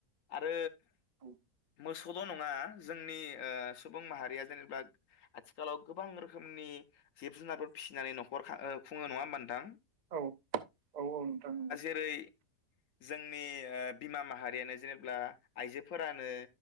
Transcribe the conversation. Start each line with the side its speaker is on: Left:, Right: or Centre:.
Left: आरो
Right: औ
Left: मोसौद' नङा जोंनि सुबुं माहारिया जेनेबा आथिखालाव गोबां रोखोमनि जिब जुनारफोर फिसिनानै न'खर खुङो नङा होमबा नोंथां?
Right: औ औ औ नोंथां
Left: बेरै जोंनि ओ बिमा माहारियानो जेनेबा आइजोफोरानो